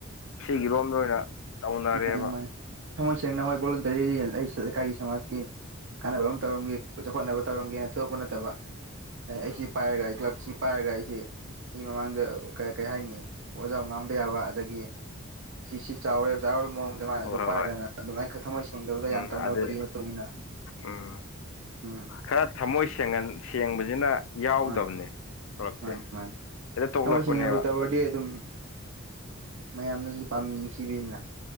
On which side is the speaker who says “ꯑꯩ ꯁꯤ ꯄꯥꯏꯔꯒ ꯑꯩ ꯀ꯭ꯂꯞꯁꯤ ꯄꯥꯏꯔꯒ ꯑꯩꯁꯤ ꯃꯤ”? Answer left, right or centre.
Right